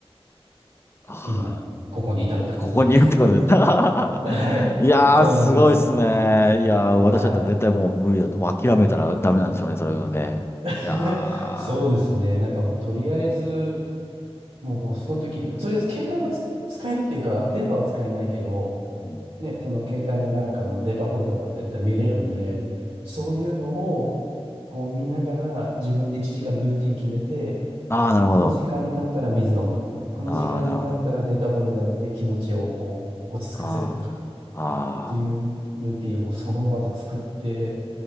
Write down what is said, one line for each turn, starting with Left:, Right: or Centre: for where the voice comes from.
Left: あ
Right: 今、ここに至るって感じですね。
Left: ここにいるってことです。
Right: <laughs>
Left: <laughs>
Right: はい。
Left: いやー、
Right: そうなんです。
Left: すごいっすね。いやー、私だったら絶対もう無理だと、
Right: はい。
Left: もう諦めたらダメなんでしょうね、それはね。
Right: <laughs>
Left: いや
Right: そうですね。
Left: ー、
Right: なんかもうとりあえず、もうその時、とりあえず携帯はつ使えるっていうか、電波は使えないけど、
Left: うん
Right: ね、その携帯の中のデータフォルダだったりって見れるんで、そういうのをこう見ながら自分で1時間のルーティン決めて、
Left: あー、なるほど。
Right: この時間になったら水飲む。この時間になったらデータフォルダ見て気持ちをこう落ち着かせるとか。
Left: あー、なるほど。あー、あー、
Right: ていうルーティンをその場で作って、